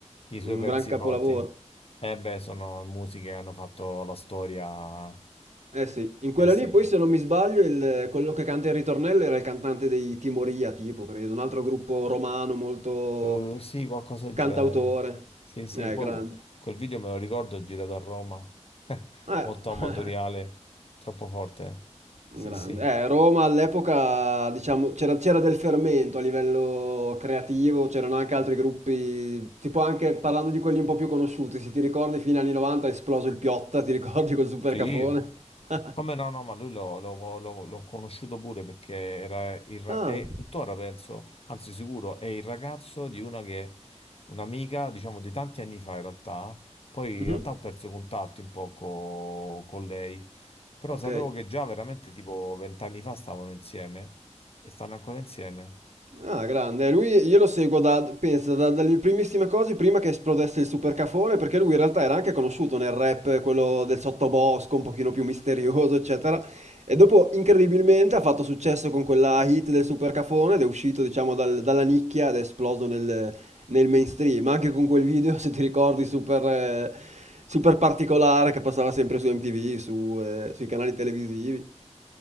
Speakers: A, on the left; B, on the right.
A: i suoi
B: un
A: pezzi
B: gran capolavoro.
A: forti. Eh beh, sono musiche che hanno fatto la storia.
B: Eh sì, in quella
A: Eh sì.
B: lì poi se non mi sbaglio il- quello che canta il ritornello era il cantante dei Timoria, tipo, credo, un altro gruppo romano molto
A: Eh, sì, qualcosa del
B: cantautore.
A: genere. Sì, sì,
B: Eh,
A: poi
B: grande.
A: quel video me lo ricordo girato a Roma, <laughs>
B: Eh,
A: molto amatoriale, troppo forte.
B: <laughs>
A: Sì,
B: grande.
A: sì.
B: Eh, Roma all'epoca, diciamo, c'era c'era del fermento a livello creativo, c'erano anche altri gruppi, tipo anche parlando di quelli un po' più conosciuti, se ti ricordi fino agli anni 90 è esploso il Piotta, ti ricordi <laughs> quel super
A: Sì,
B: cafone? <laughs>
A: Come no, no, ma lui l'ho l'ho- l'ho- l'ho conosciuto pure perché era il, ra-
B: Ah,
A: è tuttora, penso, anzi sicuro, è il ragazzo di una che, un'amica, diciamo, di tanti anni fa in realtà, poi in
B: mhm,
A: realtà ho perso contatti un po' co- con lei, però
B: ok.
A: sapevo che già veramente tipo vent'anni fa stavano insieme e stanno ancora insieme.
B: Ah, grande. Lui, io lo seguo da, pensa, da- dalle primissime cose, prima che esplodesse il supercafone, perché lui in realtà era anche conosciuto nel rap, quello del sottobosco, un pochino più misterioso, eccetera. E dopo, incredibilmente, ha fatto successo con quella hit del supercafone ed è uscito, diciamo, dal- dalla nicchia ed è esploso nel, nel mainstream. Anche con quel video, <laughs> se ti ricordi, super, eh, super particolare che passava sempre su MTV, su, eh, sui canali televisivi.